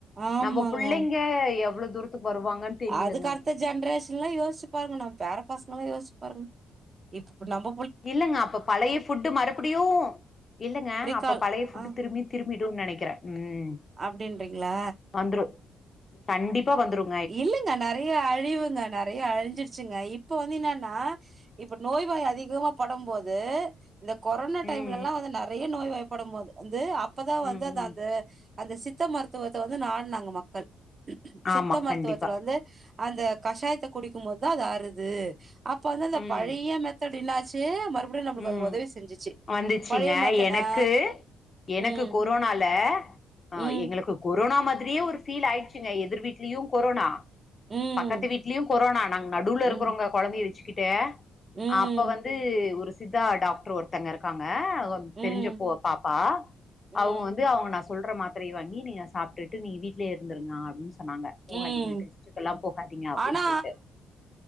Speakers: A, on the right; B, on the left.
A: ஆமாங்க
B: நம்ம பிள்ளைங்க எவ்ளோ தூரத்துக்கு வருவாங்கன்னு தெரியலங்க
A: அதுக்கு அடுத்த ஜென்ரேஷன் எல்லா யோசிச்சு பாருங்க நம்ம பேற பசங்க எல்லா யோசிச்சு பாருங்க இப்ப நம்ம
B: இல்ங்க அப்ப பழைய ஃபுட்டு் மறுபடியு இல்லங்க
A: ரீகால்
B: அப்ப பழைய ஃபுட்டு்
A: ஆ
B: திரும்பி திரும்பிடும்ன்னு நினைக்கிறேன் ம்
A: அப்டின்றிங்களா
B: வந்துரும் கண்டிப்பா வந்துரும்
A: இல்லங்க நெறையா அழிவுங்க நெறை யா அழிஞ்சிருச்சுங்க இப்ப வந்து என்னன்னா இப்ப நோய்வாய் அதிகமா படும்போது இந்த கொரோனா டைம்ல
B: ம்
A: எல்லா வந்து நெறையா நோய் வாய் படும் போது வந்து அப்பதான்
B: ம்
A: வந்து
B: ம்
A: அது
B: ம்
A: அந்த அந்த சித்த மருத்துவத்த வந்து நாடு நாங்க மக்கள் சித்த
B: ஆமா
A: மருத்துவத்துல
B: கண்டிப்பா
A: வந்து அந்த கஷாயத்தை குடிக்கும்பது தான் அறுது அப்ப வந்து அந்த
B: ம்
A: பழைய மெத்தட் என்னாச்சு மறு எப்டியு நம்மளுக்கு
B: ம்
A: அது உதவி செஞ்சுச்சு
B: வந்துச்சுங்க
A: பழைய மேத்தெடு
B: எனக்கு
A: ஆ
B: எனக்கு
A: ம்
B: கொரோனால ஆ
A: ம்
B: எங்களுக்கு கொரோனா மாதிரியே ஒரு ஃபீல் ஆயிடுச்சுங்க எதிர் வீட்லயு கொரோனா
A: ம்
B: பக்கத்து வீட்லயு கொரோனா நாங்க நடுல
A: ம்
B: இருக்குறோங்க குழந்தைய வச்சுக்கிட்டு
A: ம்
B: அப்ப வந்து ஒரு சித்தா டாக்டர் ஒருத்தங்க இருக் காங்க ஒரு
A: ம்
B: தெரிஞ்ச பொ பாப்பா
A: ம்
B: அவங்க வந்து அவங்க நர்ஸ் சொல்ற மாத்திரை வாங்கி நீங்க சாப்பிட்டு நீங்க வீட்லயே இருந்திருங்க அப்டின்னு சொ சொன்னாங்க போகாதீங்க
A: ம்
B: டெஸ்ட்டுக்கெல்லா போகாதீங்க அப்டின்னு
A: ஆனா
B: சொல்லிட்டு